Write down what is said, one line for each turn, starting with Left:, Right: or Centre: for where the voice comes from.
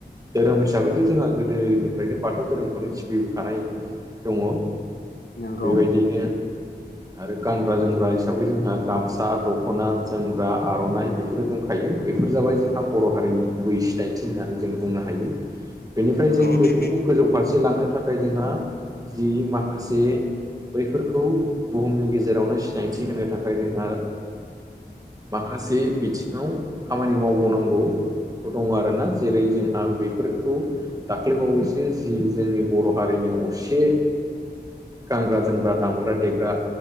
Right: धोरोम हिसाबैथ' जोंहा गोदोनिफ्रायनो बाथौ धोरोमखौनो सिबिबोखानाय दङ
Left: नंगौ
Right: बेबायदियैनो आरो गानग्रा जोमग्रा हिसाबै जोंहा गामसा दख'ना जोमग्रा आर'नाइ बेफोरो दंखायो बेफोर जाबाय जोंहा बर' हारिनि गुबै सिनायथि होन्नानै जों बुंनो हायो बेनिफ्राय
Left: नंगौ
Right: जों बेफोरखौ
Left: नोंथां
Right: गोजौ फारसे लांनो थाखाय जोंहा जि माखासे बैफोरखौ बुहुमनि गेजेरावनो सिनायथि होनो थाखाय थाखाय जोंहा माखासे बिथिङाव खामानि मावबावनांगौ दङ आरोना जेरै जोंहा बेफोरखौ दाख्लैबावैसो जि जोंनि बर' हारिनि असे गानग्रा जोमग्रा दामग्रा देग्रा